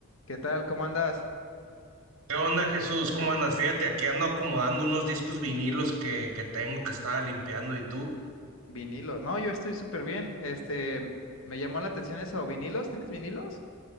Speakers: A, on the left; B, on the right.
A: ¿Qué tal? ¿Cómo andas?
B: ¿Qué onda, Jesús? ¿Cómo andas? Fíjate, aquí ando acomodando unos discos vinilos que, que tengo que estaba limpiando. ¿Y tú?
A: Vinilos. No, yo estoy súper bien. Este, me llamó la atención eso. ¿Vinilos? ¿Tienes vinilos?